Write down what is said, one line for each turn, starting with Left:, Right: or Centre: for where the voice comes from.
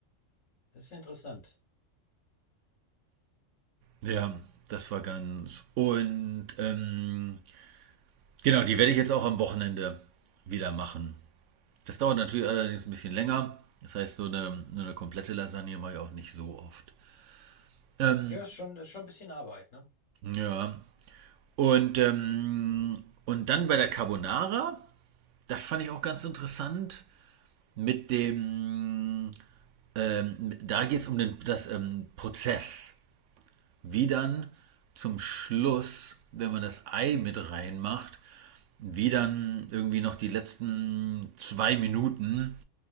Left: Das ist ja interessant.
Right: Ja, das war ganz. Und ähm, genau, die werde ich jetzt auch am Wochenende wieder machen. Das dauert natürlich allerdings ein bisschen länger. Das heißt, so eine, so eine komplette Lasagne mache ich auch nicht so oft. Ähm,
Left: Ja, ist schon, ist schon ein bisschen Arbeit, ne?
Right: ja. Und, ähm, und dann bei der Carbonara, das fand ich auch ganz interessant, mit dem, ähm, da geht es um den, das ähm, Prozess. wie dann zum Schluss, wenn man das Ei mit reinmacht, wie dann irgendwie noch die letzten zwei Minuten